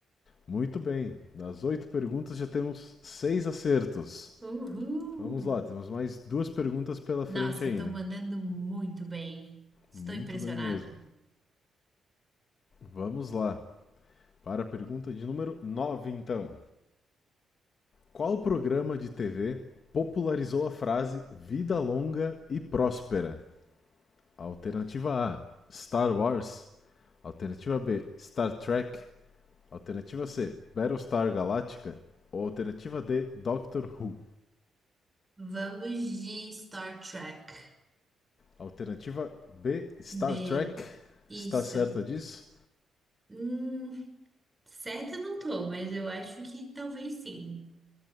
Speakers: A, on the left; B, on the right.
A: Muito bem. Das oito perguntas já temos seis acertos.
B: Uhul!
A: Vamos lá, temos mais duas perguntas pela frente
B: Nossa,
A: ainda.
B: eu tô mandando muito bem. Estou
A: Muito
B: impressionada.
A: bem mesmo. Vamos lá. Para a pergunta de número 9 então. Qual programa de TV popularizou a frase vida longa e próspera? Alternativa A: Star Wars. Alternativa B: Star Trek. Alternativa C: Battlestar Galactica. Ou alternativa D: Doctor Who.
B: Vamos de Star Trek.
A: Alternativa B, Star
B: B,
A: Trek.
B: isso.
A: Está certa disso?
B: Hum, certa eu não tô, mas eu acho que talvez sim.